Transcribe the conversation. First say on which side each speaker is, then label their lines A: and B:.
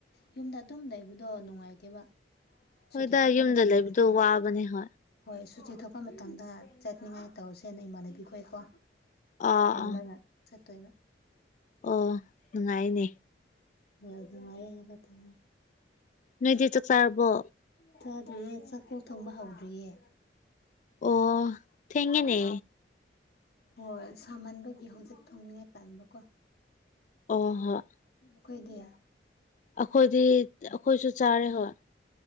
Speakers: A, on the left; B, on the left.
A: ꯌꯨꯝꯗ ꯑꯗꯨꯝ ꯂꯩꯕꯗꯣ ꯅꯨꯡꯉꯥꯏꯇꯦꯕ ꯁꯨꯇꯤ
B: ꯍꯣꯏꯗ
A: ꯊꯣꯛꯄ
B: ꯌꯨꯝꯗ
A: ꯃꯇꯝ
B: ꯂꯩꯕꯗꯣ ꯋꯥꯕꯅꯦ ꯍꯣꯏ
A: ꯍꯣꯏ ꯁꯨꯇꯤ ꯊꯣꯛꯄ ꯃꯇꯝꯗ ꯆꯠꯅꯤꯉꯥꯏ ꯇꯧꯁꯦꯅ ꯏꯃꯥꯟꯅꯕꯤ ꯈꯣꯏꯀꯣ
B: ꯑꯥ
A: ꯄꯨꯜꯂꯒ
B: ꯑ
A: ꯆꯠꯇꯣꯏꯕ
B: ꯑꯣ ꯅꯨꯡꯉꯥꯏꯅꯦ
A: ꯋꯣꯏ ꯅꯨꯡꯉꯥꯏꯌꯦ ꯍꯥꯏꯕ ꯇꯥꯔꯦ
B: ꯅꯣꯏꯗꯤ ꯆꯥꯛ ꯆꯥꯔꯕꯣ
A: ꯆꯥꯗ꯭ꯔꯤꯌꯦ ꯆꯥꯛꯐꯥꯎ ꯊꯣꯡꯕ ꯍꯧꯗ꯭ꯔꯤꯌꯦ
B: ꯑꯣ ꯊꯦꯡꯉꯦꯅꯦ
A: ꯍꯣꯏ ꯁꯥꯃꯟꯕꯒꯤ ꯍꯣꯖꯤꯛ ꯊꯣꯡꯉꯦ ꯇꯟꯕ ꯀꯣ
B: ꯑꯣ ꯍꯥ
A: ꯃꯈꯣꯏꯗꯤ
B: ꯑꯈꯣꯏꯗꯤ ꯑꯈꯣꯏꯁꯨ ꯆꯥꯔꯦ ꯍꯣꯏ